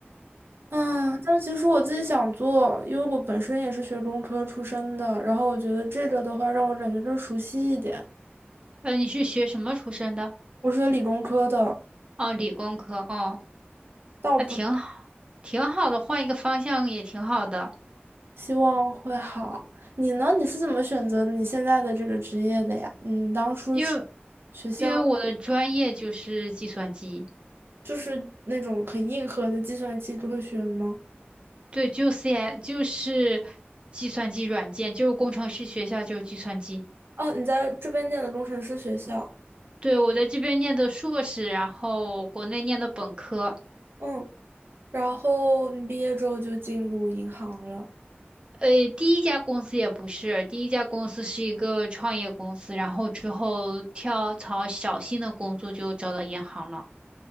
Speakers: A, on the right; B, on the right.
A: 啊，但其实我自己想做，因为我本身也是学工科出身的，然后我觉得这个的话让我感觉更熟悉一点。
B: 呃，你是学什么出身的？
A: 我是学理工科的，
B: 哦，理工科。哦，
A: 倒不。
B: 那挺好，挺好的，换一个方向也挺好的。
A: 希望会好。你呢？你是怎么选择你现在的这个职业的呀？嗯，当初是
B: 因为
A: 学校
B: 因为我的专业就是计算机，
A: 就是那种很硬核的计算机科学吗？
B: 对，就 CI 就是计算机软件，就是工程师学校就是计算机。
A: 哦，你在这边念的工程师学校，
B: 对，我在这边念的硕士，然后国内念的本科。
A: 嗯，然后你毕业之后就进入银行了，
B: 呃，第一家公司也不是，第一家公司是一个创业公司，然后之后跳槽小新的工作就找到银行了。